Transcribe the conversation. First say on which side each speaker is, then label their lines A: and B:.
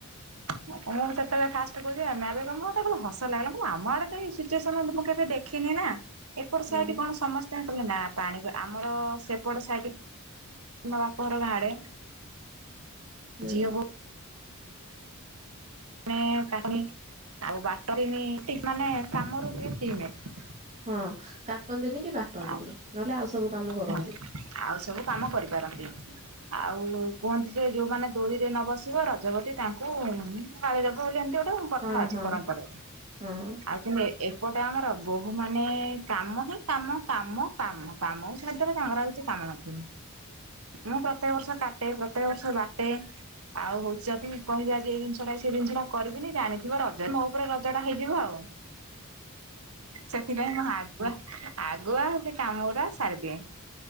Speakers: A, on the right; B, on the right.
A: ମୁଁ ବି ସେତେବେଳେ ଫାଷ୍ଟ କହୁଛିି ଆମ ଆରେ କଣ ମତେ ହସ ଲାଗିଲା କଣ ଆମ ଆଡେ ଏଇ ସିଚୁଏସନ୍ ମୁଁ କେବେ ଦେଖି ଖିନି ନା ଏପଟେ ସାଇଟ
B: ହଁ
A: କଣ ସମସ୍ତେ କହିଲେ ନା ପାଣି ଆମର ସେପଟ ସାଇଟ ମୋ ବାପ ଘର ଗାଁ ଆଡେ
B: ହୁଁ
A: ଝିଅ ବୋ ନେ କନି ଆଉ ବାଟନ୍ତିନି ମାନେ କାମରୁ ଟିକେ ଫ୍ରି ନାଇଁ
B: ହଁ କାଟନ୍ତିନି କି ବାଟନ୍ତିନି
A: ଆଉ
B: ନହେଲେ ଆଉ ସବୁ କାମ କରନ୍ତି।
A: ହଁ ଆଉ ସବୁ କାମ କରିପାରନ୍ତି। ଆଉ କୁହନ୍ତି ଯେ ଯୋଉମାନେ ଦଳିରେ ନ ବସିବ ରଜବତୀ ତାଙ୍କୁ ଗାଳିଦବ ବୋଲି ଏମିତି ଗୋଟେ ଆଉ କଥା
B: ହଁ
A: ଅଛି
B: ହଁ
A: ପରମ୍ପରାରେ
B: ହଁ
A: ଆଉ କିନ୍ତୁ ଏପଟେ ଆମର ବୋହୂ ମାନେ କାମ ହିଁ କାମ କାମ କାମ କାମ ଛାଡ଼ିଦେଲେ ତାଙ୍କର ଆଉ କିଛି କାମ ନଥିବ। ମୁଁ ପ୍ରତ୍ୟେକ ବର୍ଷ କାଟେ, ପ୍ରତ୍ୟେକ ବର୍ଷ ବାଟେ ଆଉ ହଉ ଯଦି କହିବି ଆଜି ଏ ଜିନିଷ ଟା ସେଇ ଜିନିଷ ଟା କରିବିନି ଜାଣିଥିବ ରଜ ମୋ ଉପରେ ରଜ ଟା ହେଇଯିବ ଆଉ।
B: ହୁଁ
A: ସେଥିପାଇଁ ମୁଁ ଆଗୁଆ ଆଗୁଆଉ ସେ କାମ ଗୁଡା ସାରିଦିଏ।